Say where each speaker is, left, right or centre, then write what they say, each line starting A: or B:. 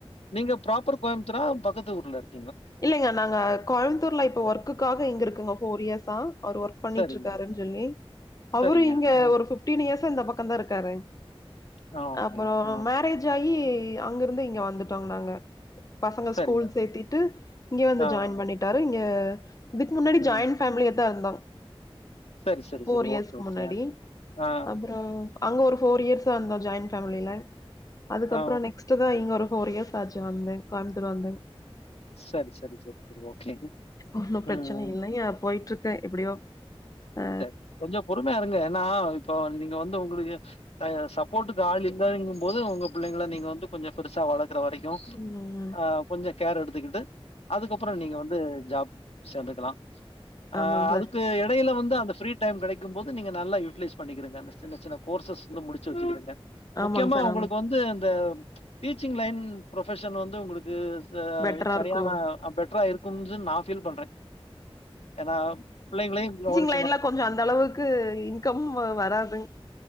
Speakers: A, on the left; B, on the left.
A: நீங்க ப்ராப்பர் கோயம்புத்தூரா பக்கத்து ஊர்ல இருக்
B: இல்லிங்க நாங்க கோயம்புத்தூர்ல இப்ப ஒர்க்குக்காக இங்க இருக்குங்க ஃபோர் இயர்ஸ்சா அவர் ஒர்க் பண்ணிட்டு
A: சரிங்க,
B: இருக்காருன்னு சொல்லி அவரு
A: சரிங்க.
B: இங்க
A: ம்.
B: ஒரு பிப்டீன் இயர்ஸ் இந்த பக்கம் தா இருக்காரு
A: ஆ ஓகேங்க.
B: அப்புறோ
A: ஆ
B: மேரேஜ் ஆயி அங்க இருந்து இங்க வந்துட்டோங்க நாங்க பசங்க
A: சரிங்க.
B: ஸ்கூல் சேத்திட்டு இங்க வந்து
A: ஆ, ஆ.
B: ஜாயின் பண்ணிட்டாரு இங்க இதுக்கு முன்னாடி
A: ம்.
B: ஜாயின் பேஃமிலியத்தா இருந்தோ
A: சரி, சரி,
B: ஃபோர்
A: சரி.
B: இயர்ஸ்கு
A: ஓகே, ஓகே.
B: முன்னாடி
A: ஆ, ஆ.
B: அப்புறோ அங்க ஒரு ஃபோர் இயர்ஸா இருந்தோ ஜாயின் ஃபேமில அதுக்கப்புறோ
A: ஆ.
B: நெக்ஸ்ட்டு தா இங்க ஒரு ஃபோர் இயர்ஸ் ஆச்சு வந்து கோயம்முத்தூர் வந்துங்
A: சரி, சரி, சரி, சரி. ஓகே.
B: ஒன்னு பிரச்சனை
A: ம்.
B: இல்லையா போயிட்ருக்கே எப்டியோ அ
A: சரி கொஞ்சோ பொறுமையா இருங்க ஏன்னா இப்போ நீங்க வந்து உடுக டைய சப்போட்டுக்கு ஆள் இல்லைங்கும் போது உங்க பிள்ளைங்கள நீங்க வந்து கொஞ்சோ பெருசா வள க்கற வரைக்கு
B: ம்
A: அ கொஞ்சோ கேர் எடுத்துகிட்டு அதுக்கப்புறோ நீங்க வந்து ஜாப் சேந்துக்கலா அ
B: ஆமாங் சார்
A: அதுக்கு எடையில வ ந்து அந்த ஃப்ரீ டைம் கெடைக்கும் போது நீங்க நல்லா யுட்லைஸ் பண்ணிகிருங்க அந்த சின்ன சின்ன கோர்சஸ் ந்து முடிச்சு வெச்சுகிருங்க முக்கியமா
B: ஆமாங் சார்
A: உங்குளுக்கு
B: ஆமாங்
A: வந்து அந்த டீச்சிங் லைன் புரஃபஷன் வந்து உங்குளுக்கு த
B: பெட்டரா
A: சரியான
B: இருக்கு
A: அ பெட்ரா இருக்கும்து நா ஃபீல் பண்றே ஏனா பிள்ளைங்ளையு கவனி
B: சைட்ல கொஞ்சோ அந்த அளவுக்கு இன்கம் வராதுங்